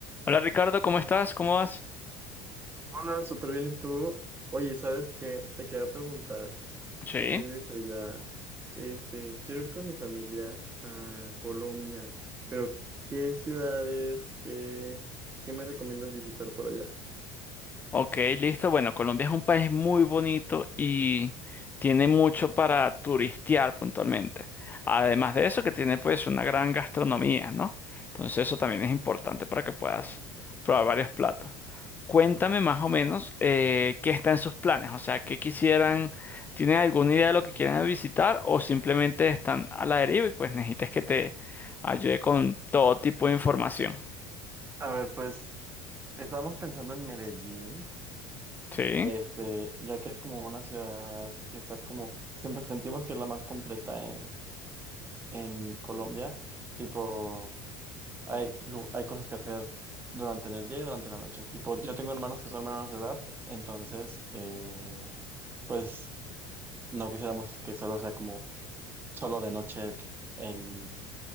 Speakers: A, on the left; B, on the right.
A: Hola Ricardo, ¿cómo estás? ¿Cómo vas?
B: Hola, súper bien. ¿Y tú? Oye, ¿sabes qué? Te quería preguntar,
A: Sí.
B: tú que vives allá, este, quiero ir con mi familia a Colombia, pero ¿qué ciudades, qué, qué me recomiendas visitar por allá?
A: Ok, listo. Bueno, Colombia es un país muy bonito y tiene mucho para turistear puntualmente. Además de eso, que tiene pues una gran gastronomía, ¿no? Entonces eso también es importante para que puedas probar varios platos. Cuéntame más o menos eh, qué está en sus planes, o sea, qué quisieran, ¿tienen alguna idea de lo que quieran visitar o simplemente están a la deriva y pues necesitas que te ayude con todo tipo de información?
B: A ver, pues estábamos pensando en Medellín,
A: Sí.
B: este, ya que es como una ciudad que está como, siento, sentimos que es la más completa en, en Colombia, tipo, Hay, lu- hay cosas que hacer durante el día y durante la noche. Tipo, yo tengo hermanos que son menores de edad, entonces, eh, pues no quisiéramos que solo sea como solo de noche el,